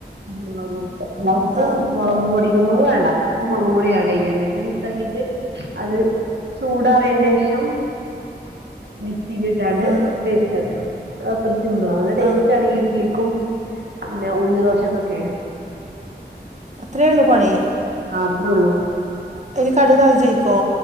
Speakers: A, on the right (about 75°); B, on the right (about 40°).
A: മുളകും എല്ലാ ഉപ്പും
B: ആ
A: മുളക് പൊടികൾ വേണ്ട ഉപ്പും മുളക് പൊടിം ആഡ് ചെയ്യാ എന്നിട്ട് മിക്സാക്കിട്ട് അത് ചൂടാറിയതിന്റെ ശേഷം മിക്സിക്ക് ഇട്ടാണ്ട്
B: ആ
A: പേസ്റ്റ് ആക്കാ അത് അത്ര സിമ്പിളാ നല്ല ടേസ്റ്റ്
B: ആ
A: ആണ് ഈ ഇഡലിക്കും പിന്നെ ഉഴുന്ന് ദോശക്കൊക്കെ
B: അത്രേ ഒള്ളു പണി
A: ആ അത്ര ഉള്ളൂ
B: അതിൽ കടുക് താളിച്ചൊയിക്കോ